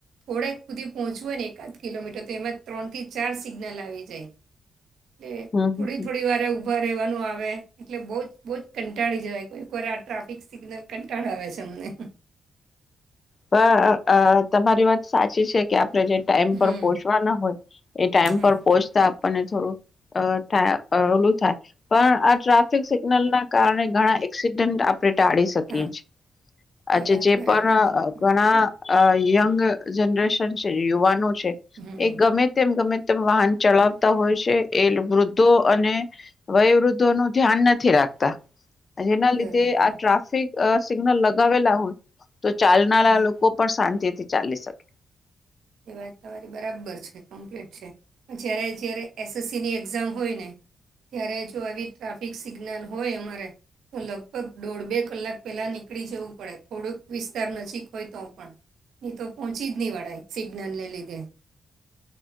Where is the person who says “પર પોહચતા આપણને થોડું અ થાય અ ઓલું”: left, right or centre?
Left